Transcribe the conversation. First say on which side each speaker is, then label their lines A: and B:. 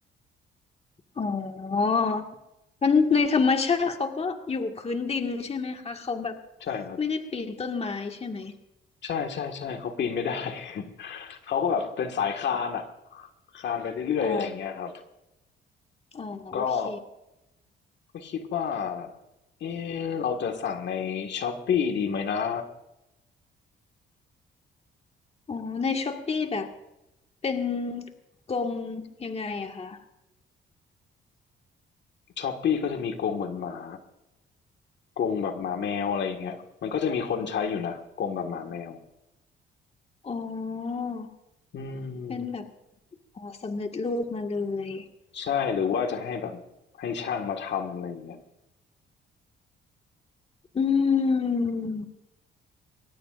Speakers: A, on the left (about 30°); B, on the left (about 65°).
A: อ๋อมันในธรรมชาติเขาก็อยู่พื้นดินใช่ไหมคะเขาแบบ
B: ใช่ครับ
A: ไม่ได้ปีนต้นไม้ใช่ไหม
B: ใช่ๆๆเขาปีนไม่ได้ <laughs> เขาก็แบบเป็นสายคานอะคานไปเรื่อยๆอะไรอย่างเงี้ยครับ
A: อ๋ออ๋อโอเค
B: ก็ก็คิดว่าเออเราจะสั่งใน Shopee ดีไหมนะ
A: อ๋อในช้อปปี้แบบเป็นกรงยังไงอะคะ
B: Shopee ก็จะมีกรงเหมือนหมากรงแบบหมาแมวอะไรอย่างเงี้ยมันก็จะมีคนใช้อยู่นะกรงแบบหมาแมว
A: อ๋อ
B: อืม
A: เป็นแบบอ๋อสำเร็จรูปมาเลย
B: ใช่หรือว่าจะให้แบบให้ช่างมาทำอะไรอย่างเงี้ย
A: อืม